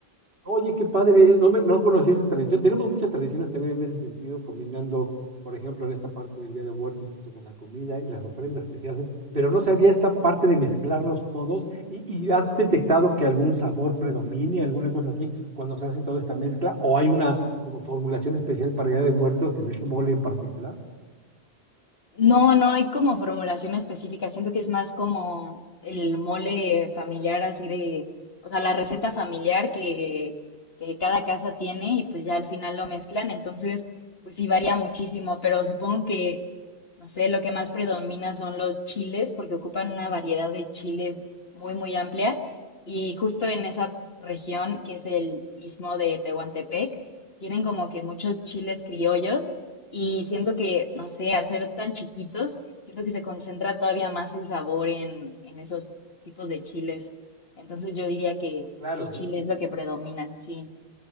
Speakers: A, on the right; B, on the left.
A: Oye, qué padre, eh, no, me, no conocía esa tradición. Tenemos muchas tradiciones también en ese sentido, combinando, por ejemplo, en esta parte del Día de Muertos junto con la comida y las ofrendas que se hacen, pero no sabía esta parte de mezclarlos todos y, y has detectado que algún sabor predomine, alguna cosa así, cuando se hace toda esta mezcla, o hay una como formulación especial para Día de Muertos en ese mole en particular.
B: No, no hay como formulación específica. Siento que es más como el mole familiar, así de, o sea, la receta familiar que, que cada casa tiene y pues ya al final lo mezclan. Entonces, pues sí varía muchísimo, pero supongo que, no sé, lo que más predomina son los chiles, porque ocupan una variedad de chiles muy, muy amplia. Y justo en esa región, que es el istmo de Tehuantepec, tienen como que muchos chiles criollos y siento que, no sé, al ser tan chiquitos, siento que se concentra todavía más el sabor en, en esos tipos de chiles. Entonces yo diría que
A: Claro,
B: el chile
A: y, y-
B: es lo que predomina, sí.